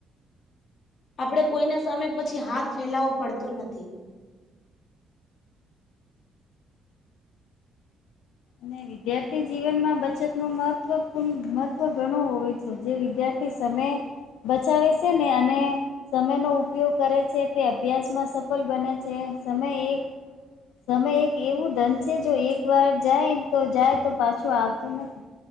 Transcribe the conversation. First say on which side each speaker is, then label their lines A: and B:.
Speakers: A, on the left; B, on the left.
A: આપડણે કોઈના સામે પછી હાથ ફેલાવો પડતો નથી
B: નવી વિદ્યાર્થી જીવનમાં બચતનુંું મહત્વૂ મહત્વ ઘણું હોય છે જે વિદ્યાર્થી સમય બચાવે છે ને અને સમયનોો ઉપયોગ કરે છે તે અભ્યાસમાં સફળ બને છે સમય એક સમય એક એવું ધન છે જો એક વાર જાય તો જાય તો પાછું આવતું નથી